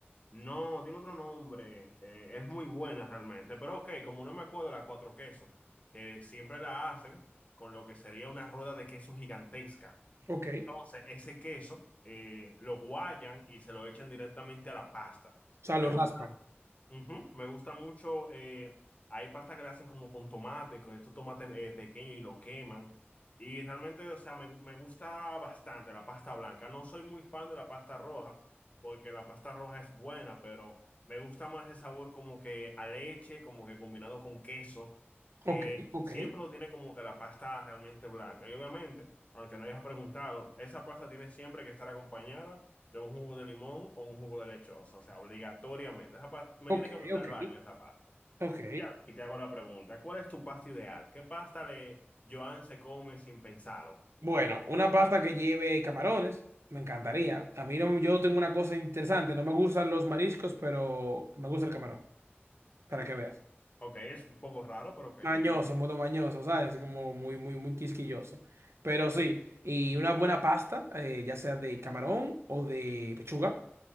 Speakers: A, on the left; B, on the right.
A: No, tiene otro nombre. eh, es muy buena realmente. Pero ok, como no me acuerdo, la cuatro quesos, que siempre la hacen con lo que sería una rueda de queso gigantesca.
B: Ok.
A: Entonces, ese queso eh, lo guayan y se lo echan directamente a la pasta.
B: O sea,
A: Me,
B: lo raspan.
A: gu- Ujú, Me gusta mucho. eh, hay pasta que la hacen como con tomate, con estos tomates eh, pequeños y lo queman. Y realmente, o sea, me, me gusta bastante la pasta blanca. No soy muy fan de la pasta roja, porque la pasta roja es buena, pero me gusta más el sabor como que a leche, como que combinado con queso, que
B: Ok, ok,
A: siempre lo tiene como que la pasta realmente blanca. Y obviamente, aunque no hayas preguntado, esa pasta tiene siempre que estar acompañada de un jugo de limón o un jugo de lechosa, o sea, obligatoriamente. Esa pa- me
B: ok,
A: tiene que mandar
B: ok,
A: al baño esa pasta.
B: ok.
A: Ya, Y te hago la pregunta, ¿cuál es tu pasta ideal? ¿Qué pasta de Joan se come sin pensarlo?
B: Bueno, una pasta que lleve camarones, me encantaría. A mí no, yo tengo una cosa interesante, no me gustan los mariscos, pero me gusta el camarón, para que veas.
A: Ok, es un poco raro, pero ok.
B: Mañoso, modo mañoso, ¿sabes? Así Como muy, muy, muy quisquilloso. Pero sí, y una buena pasta, eh, ya sea de camarón o de pechuga.